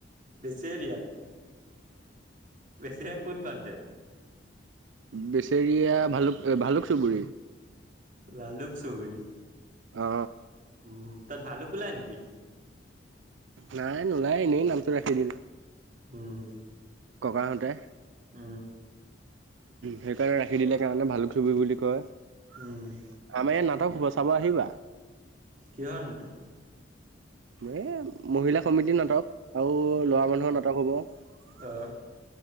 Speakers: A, on the right; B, on the right.
A: বেছেৰীয়াত। বেছেৰিয়াত কোন কণটে?
B: বেচেৰিয়া ভালুক-ভালুক চুবুৰী।
A: ভালুক চুবৰি?
B: অ
A: উম, তাত ভালুক ওলাই নেকি?
B: নাই নোলাই। এনেই নামটো ৰাখি দিলে।
A: উম।
B: থকাহঁতে
A: উ।
B: সেইকাৰণে ৰাখি দিলে কাৰণে ভালুক চুবুৰী বুলি কয়। আমাৰ
A: উম
B: ইয়াত নাটক হব চা চাব আহিবা।
A: কিহৰ নাটক?
B: এ মহিলা সমিতিৰ নাটক। আৰু ল'ৰা মানুহৰ নাটক হ'ব।
A: আহ